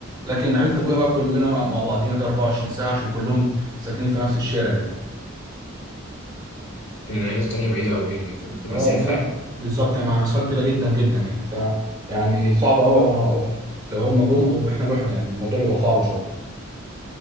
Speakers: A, on the right; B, on the left.
A: لكن عيله ابويا بقى كلنا مع مع بعضينا كده 24 ساعه عشان كلهم ساكنين في نفس الشارع يعني
B: العيلة التانية بعيدة أوي في مسافة
A: اه لا
B: يعني.
A: بالظبط يعني مع مسافه كبيره جدا جدا يعني ف يعني صعب قوي بقى لو هم جم او احنا رحنا يعني الموضوع بيبقى صعب شويه